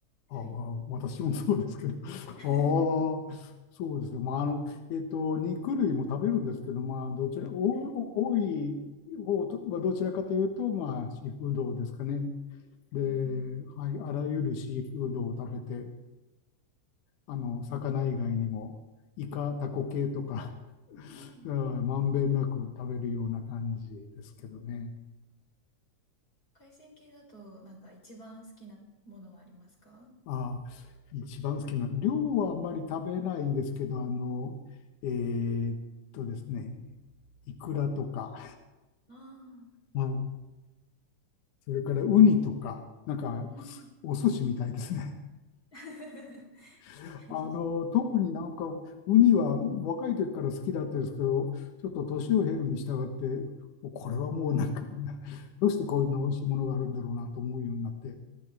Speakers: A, on the left (about 75°); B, on the left (about 30°).
A: ああ、
B: はい。
A: 私もそうですけど。<laughs>
B: <laughs>
A: ああ、そうですね。まあ、あの、えっと、肉類も食べるんですけど、まあ、どちら、お多い方とはどちらかというと、
B: はい。
A: まあ、シーフードですかね。で、
B: うん。
A: はい、あらゆるシーフードを食べて、あの、魚以外にも、イカ、タコ系とか、<laughs>
B: うん
A: うんまんべんなく食べるような感じですけどね。
B: 海鮮系だと、なんか一番好きなものはありますか
A: ああ、一番好きな、量はあんまり食べないんですけど、あの、えーっとですね、イクラとか、
B: あ
A: はい、それからウニとか、なんか、
B: あー、うん。
A: お寿司みたいですね。
B: <laughs> 確
A: <laughs>
B: かに。
A: あの、特になんか、ウニは若い時から好きだったんですけど、ちょっと年を経るに従って、これはもうなんか、どうしてこんな美味しいものがあるんだろうなと思うようになって、